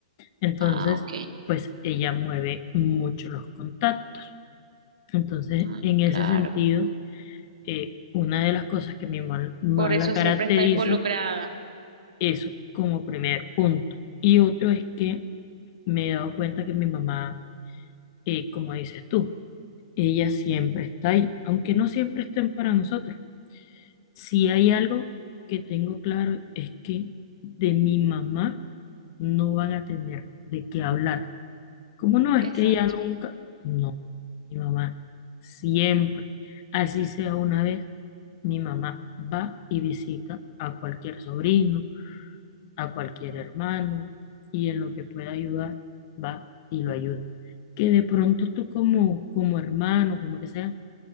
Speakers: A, on the left (about 40°); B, on the right (about 80°).
A: Entonces,
B: Ah, ok.
A: pues ella mueve mucho los contactos. Entonces,
B: Ah,
A: en ese
B: claro.
A: sentido, eh, una de las cosas que mi mamá más
B: Por eso
A: la caracteriza,
B: siempre está involucrada.
A: eso como primer punto. Y otro es que me he dado cuenta que mi mamá, eh, como dices tú, ella siempre está ahí, aunque no siempre estén para nosotros Si hay algo que tengo claro es que de mi mamá no van a tener de qué hablar. ¿Cómo no? Es
B: Exacto.
A: que ella nunca. No, mi mamá siempre, así sea una vez, mi mamá va y visita a cualquier sobrino, a cualquier hermano y en lo que pueda ayudar, va y lo ayuda. Que de pronto tú como, como hermano, como que sea,